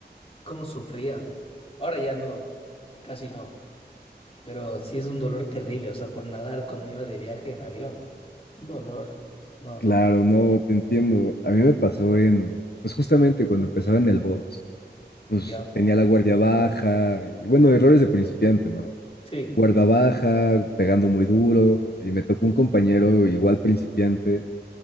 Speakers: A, on the left; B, on the left.
A: ¿Cómo sufría? Ahora ya no, casi no. Pero sí es un dolor terrible, o sea, por nadar cuando iba de viaje en avión. Un dolor. No,
B: claro,
A: no.
B: no, te entiendo. A mí me pasó en, pues justamente cuando empezaba en el box, pues
A: Ya.
B: tenía la guardia baja y bueno, errores de principiante, ¿no?
A: Sí.
B: Guarda baja, pegando muy duro y me tocó un compañero igual principiante